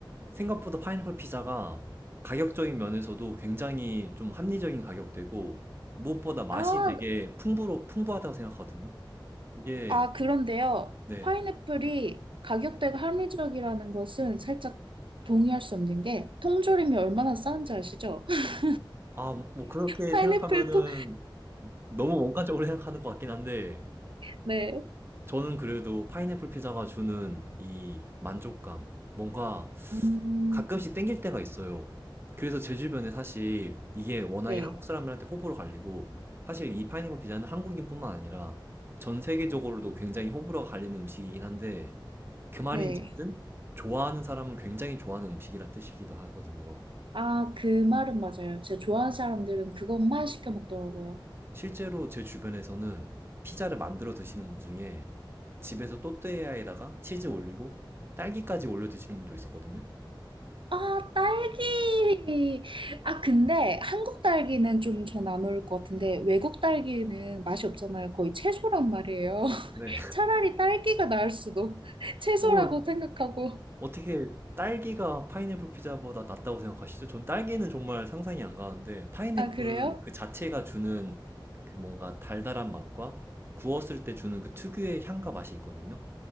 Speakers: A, on the right; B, on the right.
A: 생각보다 파인애플 피자가 가격적인 면에서도 굉장히 좀 합리적인 가격대고 무엇보다 맛이
B: 아,
A: 되게 풍부로, 풍부하다고 생각하거든요. 이게,
B: 아, 그런데요.
A: 네.
B: 파인애플이 가격대가 합리적이라는 것은 살짝 동의할 수 없는 게 통조림이 얼마나 싼지 아시죠? <laughs>
A: 아, 뭐 그렇게
B: 파인애플
A: 생각하면은
B: 통,
A: 너무 원가적으로 생각하는 것 같긴 한데,
B: 네.
A: 저는 그래도 파인애플 피자가 주는 이 만족감, 뭔가
B: 음,
A: 가끔씩 땡길 때가 있어요. 그래서 제 주변에 사실 이게 워낙에
B: 네.
A: 한국 사람들한테 호불호 갈리고, 사실 이 파인애플 피자는 한국인뿐만 아니라 전 세계적으로도 굉장히 호불호가 갈리는 음식이긴 한데, 그 말인즉슨
B: 네.
A: 좋아하는 사람은 굉장히 좋아하는 음식이란 뜻이기도 하거든요.
B: 아, 그 말은 맞아요. 제가 좋아하는 사람들은 그것만 시켜 먹더라고요.
A: 실제로 제 주변에서는 피자를 만들어 드시는 분 중에 집에서 또띠아에다가 치즈 올리고 딸기까지 올려 드시는 분도 있었거든요.
B: 아, 딸기. 아, 근데 한국 딸기는 좀 전 안 어울릴 것 같은데 외국 딸기는 맛이 없잖아요. 거의 채소란 말이에요. <laughs>
A: 네.
B: 차라리 딸기가 나을 수도. <laughs> 채소라고
A: 어,
B: 생각하고.
A: 어떻게 딸기가 파인애플 피자보다 낫다고 생각하시죠? 전 딸기는 정말 상상이 안 가는데 파인애플은
B: 아, 그래요?
A: 그 자체가 주는 그 뭔가 달달한 맛과 구웠을 때 주는 그 특유의 향과 맛이 있거든요.